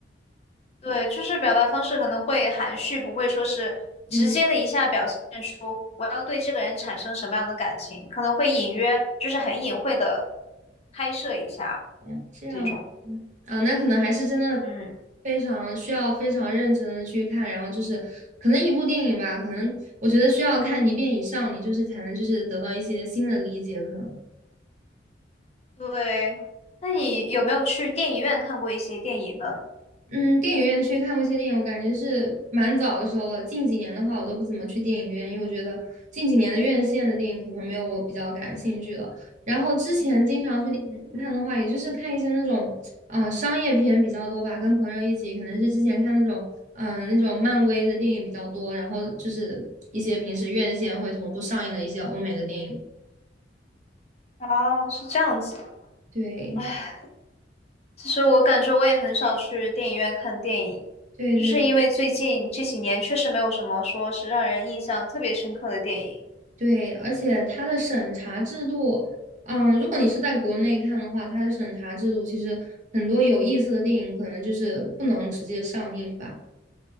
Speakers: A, on the left; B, on the right.
A: 对，就是表达方式可能会含蓄，不会说是直接的一下表现出我要对这个人产生什么样的感情，
B: 嗯。
A: 可能会隐约，就是很隐晦的拍摄一下
B: 嗯这样子
A: 这种。
B: 啊，那可能还是真的
A: 嗯。
B: 非常需要非常认真的去看，然后就是可能一部电影吧，可能我觉得需要看一遍以上，你就是才能就是得到一些新的理解，可能。
A: 对，那你有没有去电影院看过一些电影呢？
B: 嗯，电影院去看过一些电影，我感觉是蛮早的时候了。近几年的话，我都不怎么去电影院，因为我觉得近几年的院线的电影可能没有我比较感兴趣的。然后之前经常去电影院看的话，
A: 嗯，
B: 也就是看一些那种啊、呃商业片比较多吧，跟朋友一起，可能是之前看那种嗯、呃那种漫威的电影比较多，然后就是一些平时院线会同步上映的一些欧美的电影。
A: 啊，是这样子。
B: 对
A: 唉，其实我感觉我也很少去电影院看电影，
B: 对对。
A: 就是因为最近这几年确实没有什么说是让人印象特别深刻的电影。
B: 对，而且它的审查制度，嗯，如果你是在国内看的话，它的审查制度其实很多有意思的电影可能就是不能直接上映吧。